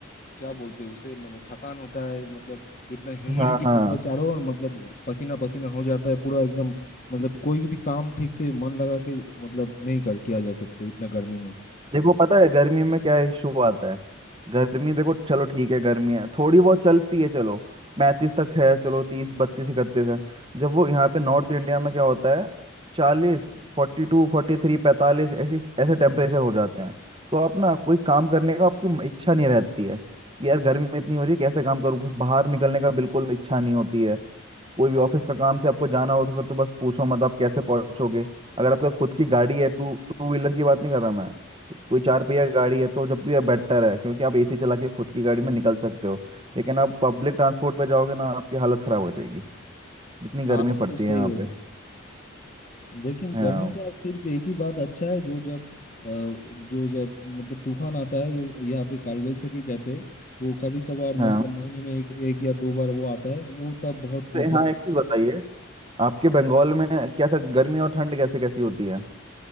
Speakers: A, on the left (about 35°); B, on the right (about 25°).
A: क्या बोलते हैं उसे मतलब थकान होता है मतलब इतना ह्यूमिडिटी
B: हाँ हाँ
A: होता है चारों ओर मतलब पसीना पसीना हो जाता है पूरा एकदम मतलब कोई भी काम ठीक से मन लगा के मतलब नहीं कर किया जा सकता इतना गर्मी में
B: देखो पता है गर्मी में क्या इशू आता है गर्मी देखो चलो ठीक है गर्मी है थोड़ी बहुत चलती है चलो पैंतीस तक है चलो तीस बत्तीस इकतीस है जब वो यहाँ पे नॉर्थ इंडिया में क्या होता है चालीस फोर्टी टू फोर्टी थ्री पैंतालीस ऐसी ऐसे टेम्परेचर हो जाते हैं तो आप ना कोई काम करने का आपकी इच्छा नहीं रहती है कि यार गर्मी में इतनी हो रही है कैसे काम करूँ बाहर निकलने का बिल्कुल इच्छा नहीं होती है कोई भी ऑफिस का काम से आपको जाना हो तो फिर तो बस पूछो मत आप कैसे पहुंचोगे अगर आपके पास खुद की गाड़ी है टू टू व्हीलर की बात नहीं कर रहा मैं कोई चार पहिया गाड़ी है तो जब भी बेटर है क्योंकि आप एसी चला के खुद की गाड़ी में निकल सकते हो लेकिन आप पब्लिक ट्रांसपोर्ट पर जाओगे ना आपकी हालत खराब हो जाएगी इतनी गर्मी
A: हाँ ये
B: पड़ती
A: तो सही
B: है यहाँ
A: है
B: पे
A: लेकिन
B: हाँ
A: गर्मी का सिर्फ एक ही बात अच्छा है जो जब अ, जो जब मतलब तूफान आता है जो यहाँ पे कालवैसाखी कहते हैं वो कभी कभार
B: हाँ
A: मतलब महीने में एक एक या दो बार वो आता है वो तब बहुत
B: तो
A: मतलब
B: हाँ एक चीज बताइए आपके बंगाल में कैसा गर्मी और ठंड कैसे कैसी होती है